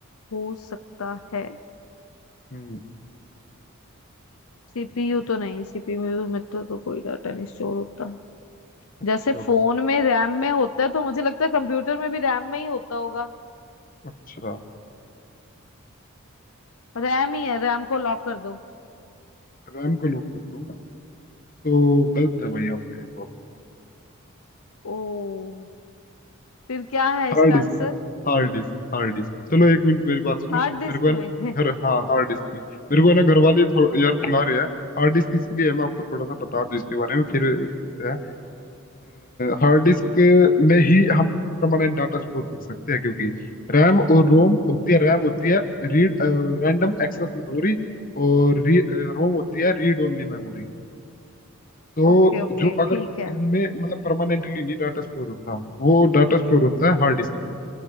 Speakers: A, on the left (about 75°); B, on the left (about 40°).
A: हो सकता है
B: हम्म
A: सीपीयू तो नहीं सीपीयू में तो, तो कोई डाटा नहीं स्टोर होता
B: अच्छा
A: जैसे फोन में रैम में होता है तो मुझे लगता है कंप्यूटर में भी रैम में ही होता होगा
B: अच्छा
A: रैम ही है रैम को लॉक कर दो
B: रैम को लॉक कर दूं तो गलत है भाई आपका ये जवाब
A: ओ फिर क्या है इसका
B: हार्ड डिस्क
A: आंसर
B: है Hard disk hard disk चलो एक मिनट मेरी बात सुनो
A: हार्ड
B: मेरे
A: डिस्क
B: को है
A: में
B: ना घर हाँ हार्ड डिस्क नहीं मेरे को है ना घर वाले थोड़ा यार बुला रहे हैं हार्ड डिस्क इसलिए है मैं आपको थोड़ा सा बता दूं इसके बारे में फिर करते हैं हार्ड डिस्क में ही हम परमानेंट डाटा स्टोर कर सकते हैं क्योंकि रैम और रोम होती है रैम होती है रीड रैंडम एक्सेस मेमोरी और रोम होती है रीड ओनली मेमोरी
A: <laughs>
B: तो
A: ओके ओके
B: जो अगर
A: ठीक है
B: इनमें मतलब परमानेंटली नहीं डाटा स्टोर होता वो डाटा स्टोर होता है हार्ड डिस्क में